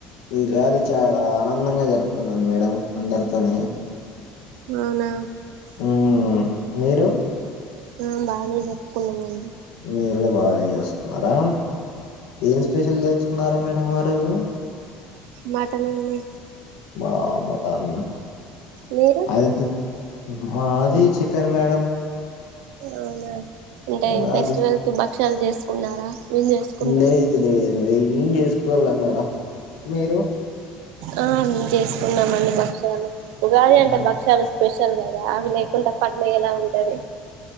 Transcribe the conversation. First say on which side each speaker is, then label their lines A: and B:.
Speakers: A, on the left; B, on the right.
A: ఉగాది చాలా ఆనందంగా జరుపుకున్నాను మేడం అందరితోని
B: అవునా
A: ఉమ్ మీరు
B: ఆ బానే జరుపుకున్నామండి
A: మీరు కూడా బాగానే చేసుకున్నారా ఏం స్పెషల్ తెచ్చు కున్నారు మేడం ఆ రోజు
B: మటన్ అండి
A: బా మటన్
B: మీరు
A: అదెంత ఉహూ మాది చికెన్ మేడం
B: అవునా అంటే
A: మాది
B: ఫెస్టివల్ కి భక్ష్యాలు చేసుకున్నారా మేం చేసుకున్నాం
A: లేదు లేదు మేడం, ఏం చేసుకోలే మేడం మీరు
B: ఆ మేము చేసుకున్నామండి భక్ష్యాలు ఉగాది
A: ఉహు.
B: అంటే భక్ష్యాలు స్పెషల్ కదా అవి లేకుండా పండగ ఎలా ఉంటది